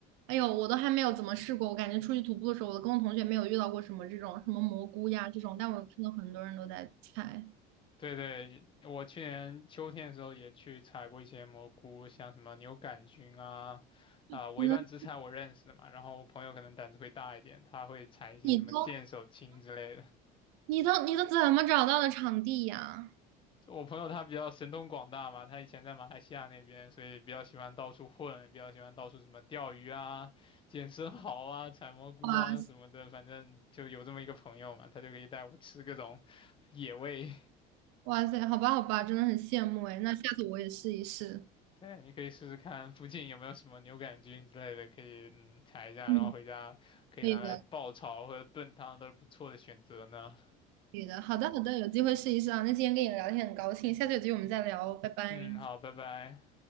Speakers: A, on the right; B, on the left.
A: 哎呦，我都还没有怎么试过，我感觉出去徒步的时候，我跟我同学没有遇到过什么这种什么蘑菇呀这种，但我有看到很多人都在猜
B: 对对，我去年秋天的时候也去采过一些蘑菇，像什么牛杆菌啊，啊、
A: 可嗯，
B: 我一般只采我认识的嘛，然后我朋友可能胆子会大一点，他会采一些什么剑手青之类的。
A: 你都。你都你都怎么找到的场地呀？
B: 就我朋友他比较神通广大嘛，他以前在马来西亚那边，所以比较喜欢到处混，比较喜欢到处什么钓鱼啊、捡生蚝啊、采蘑菇啊什么的，
A: 哇
B: 反正就有这么一个朋友嘛，他就可以带我吃各种野味。
A: 哇塞，好吧好吧，真的很羡慕哎。那下次我也试一试。
B: 对，你可以试试看附近有没有什么牛肝菌之类的，可以嗯采一下，
A: 嗯，
B: 然后回家可以拿来爆炒或者炖汤都是不错的选择呢。
A: 可以的，可以的。好的好的，有机会试一试啊。那今天跟你聊天很高兴，下次有机会我们再聊哦拜拜。
B: 嗯，好，拜拜。